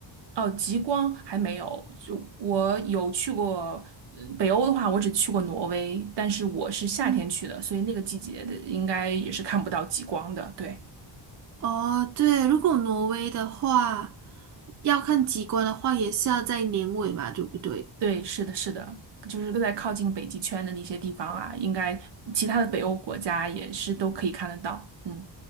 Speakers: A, on the right; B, on the right.
A: 哦，极光还没有，就我有去过，呃北欧的话，我只去过挪威，但是我是夏天去的，
B: 嗯，
A: 所以那个季节的应该也是看不到极光的。对
B: 哦，对，如果挪威的话，要看极光的话，也是要在年尾嘛，对不对？
A: 对，是的，是的，就是在靠近北极圈的那些地方啊，应该其他的北欧国家也是都可以看得到。嗯。